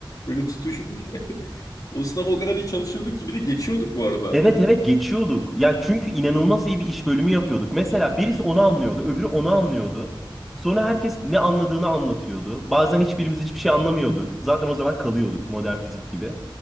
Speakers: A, on the left; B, in the centre.
A: böyle tutuşmuş. <laughs> O sınava o kadar iyi çalışıyorduk ki bir de geçiyorduk bu arada.
B: Evet evet geçiyorduk. Ya çünkü inanılmaz iyi bir iş bölümü yapıyorduk. Mesela birisi onu anlıyordu, öbürü onu anlıyordu. Sonra herkes ne anladığını anlatıyordu. Bazen hiçbirimiz hiçbir şey anlamıyorduk. Zaten o zaman kalıyorduk modern fizik gibi.